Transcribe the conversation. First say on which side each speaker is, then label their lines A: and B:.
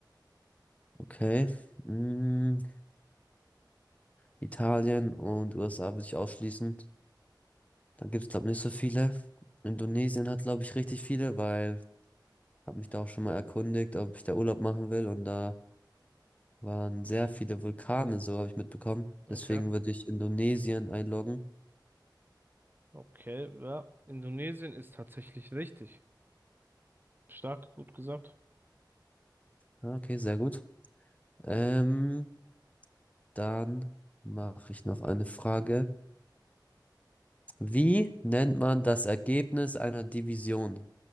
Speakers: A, on the left; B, on the right.
A: Okay. Mm, Italien und USA würde ich ausschließen. Da gibt es, glaube ich, nicht so viele. Indonesien hat, glaube ich, richtig viele, weil habe mich da auch schon mal erkundigt, ob ich da Urlaub machen will. Und da waren sehr viele Vulkane, so habe ich mitbekommen.
B: Okay.
A: Deswegen würde ich Indonesien einloggen.
B: Okay, ja. Indonesien ist tatsächlich richtig. Stark, gut gesagt.
A: Ah, Okay, sehr gut. Ähm, dann mache ich noch eine Frage. Wie nennt man das Ergebnis einer Division?